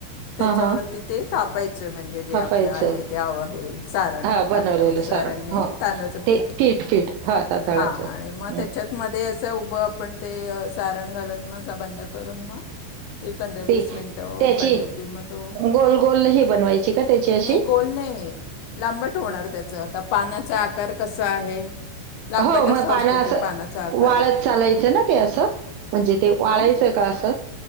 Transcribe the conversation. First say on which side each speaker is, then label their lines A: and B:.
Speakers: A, on the left; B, on the right.
A: त्याच्यावरती
B: हां, हां.
A: ते तापायचं म्हणजे जे
B: थापायचं.
A: आपलं आहे तेव आहे सारण.
B: हां, बनवलेलं
A: आपलं सारण
B: हो.
A: तांदळाचं
B: ते
A: पीठ
B: पीठ हां, तांदळाचं.
A: हां आणि मग
B: हं.
A: त्याच्यात मध्ये असं उभं आपण ते सारण घालून म बंद करून मग तेि पधरा
B: ते
A: वीस मिनट उकडले
B: त्याची
A: किंमत हो
B: गोल गोल हे बनवायची का त्याची अशी?
A: नाही बोल गोल नाही लांबट होणार त्याच आता पानाचा आकार कसा आहे.
B: हो,
A: लांबटसा
B: मग पानं
A: असतो
B: असं
A: ते पानाचा आकार
B: वाळत चालायचं ना का असं म्हणजे ते वाळायचं
A: हां
B: का असं